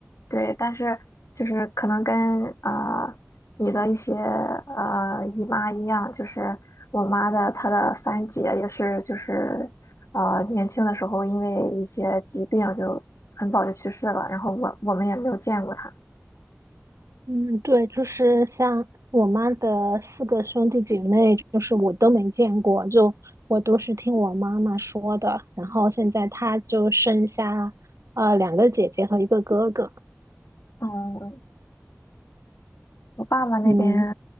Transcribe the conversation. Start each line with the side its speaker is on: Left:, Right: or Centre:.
Left: 对，但是就是可能跟啊、你的一些呃姨妈一样，就是我妈的她的三姐也是就是呃年轻的时候因为一些疾病就很早就去世了，然后我我们也没有见过她。
Right: 嗯，对，就是像我妈的四个兄弟姐妹，就是我都没见过，就我都是听我妈妈说的。然后现在她就剩下呃两个姐姐和一个哥哥。
Left: 嗯。我爸爸那边
Right: 嗯，